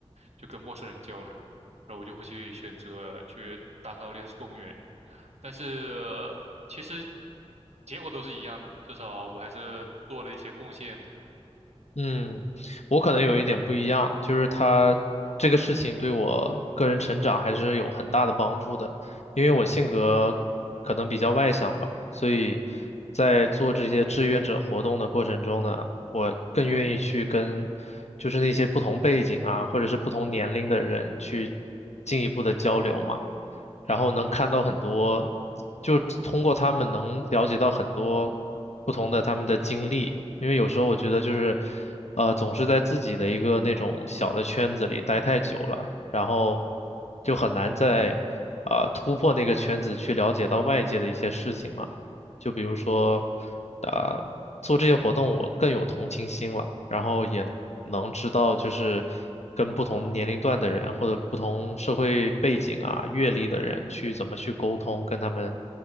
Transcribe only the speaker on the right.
就跟陌生人交流，然后我就会去选择去打扫烈士公园。但是其实结果都是一样的嘛，至少我还是做了一些贡献的。
嗯